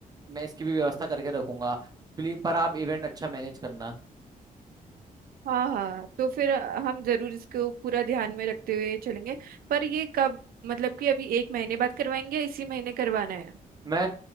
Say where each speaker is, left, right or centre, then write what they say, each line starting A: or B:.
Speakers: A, on the right (about 25°); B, on the right (about 80°).
A: मैं इसकी भी व्यवस्था करके रखूंगा प्लीज पर आप इवेंट अच्छा मैनेज करना
B: हाँ हाँ तो फिर हम जरूर इसको पूरा ध्यान में रखते हुए चलेंगे पर ये कब मतलब कि अभी एक महीने बाद करवाएंगे या इसी महीने करवाना है
A: मैं